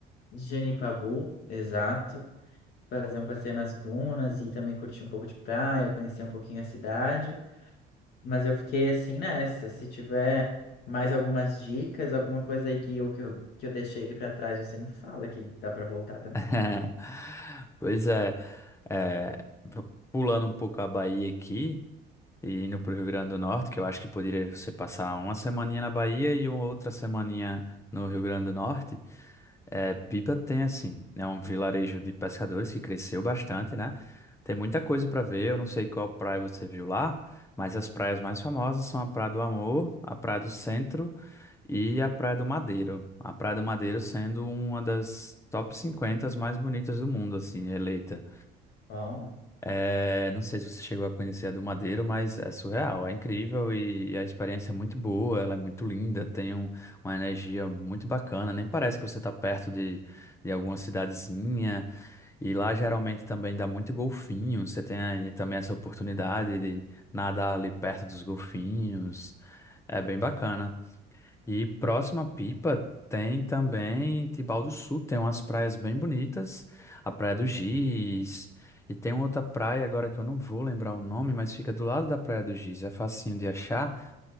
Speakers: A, on the left; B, on the left.
A: Genipabu, exato. fazer um passeio nas dunas e também curtir um pouco de praia, conhecer um pouquinho a cidade. Mas eu fiquei assim nessa. Se tiver mais algumas dicas, alguma coisa aí que eu, que eu, que eu deixei pra trás, você me fala que dá pra voltar também.
B: <laughs> Pois é, é, pulando um pouco a Bahia aqui e indo para o Rio Grande do Norte, que eu acho que poderia você passar uma semaninha na Bahia e outra semaninha no Rio Grande do Norte. É, Pipa tem assim, é um vilarejo de pescadores que cresceu bastante, né? Tem muita coisa para ver, eu não sei qual praia você viu lá, mas as praias mais famosas são a Praia do Amor, a Praia do Centro e a Praia do Madeiro. A Praia do Madeiro sendo uma das top 50 mais bonitas do mundo, assim, eleita.
A: Bom,
B: É, não sei se você chegou a conhecer a do Madeiro, mas é surreal, é incrível e, e a experiência é muito boa, ela é muito linda, tem um- uma energia muito bacana, nem parece que você está perto de, de alguma cidadezinha, e lá geralmente também dá muito golfinho, você tem aí também essa oportunidade de nadar ali perto dos golfinhos, é bem bacana. E próxima Pipa tem também Tibau do Sul, tem umas praias bem bonitas, a Praia do Giz, e tem outra praia agora que eu não vou lembrar o nome, mas fica do lado da Praia do Giz, é facinho de achar,